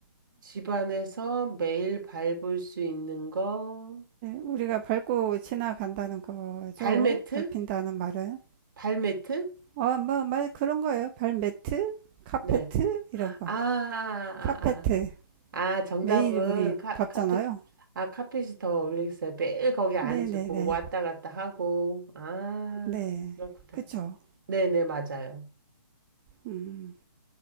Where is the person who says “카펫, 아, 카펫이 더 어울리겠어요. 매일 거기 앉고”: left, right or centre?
Right